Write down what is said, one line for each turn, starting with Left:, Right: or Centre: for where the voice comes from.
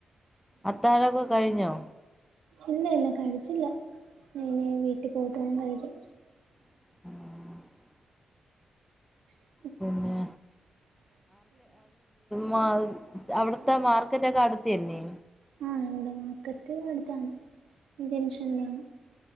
Centre: അത്താഴം ഒക്കെ കഴിഞ്ഞോ
Right: ഇല്ല ഇല്ല കഴിച്ചില്ല ഇനിയിനി വീട്ടിൽ പോയിട്ട് വേണം കഴിക്കാൻ
Centre: ഉം
Right: ഉ
Centre: പിന്നെ
Right: ഉ <inaudible>
Centre: മാർക്ക അവിടുത്തെ മാർക്കറ്റ് ഒക്കെ അടുത്ത് തന്നെ
Right: ആ ഇവിടെ മാർക്കറ്റ് അടുത്താണ് ജൻഷനിലാണ്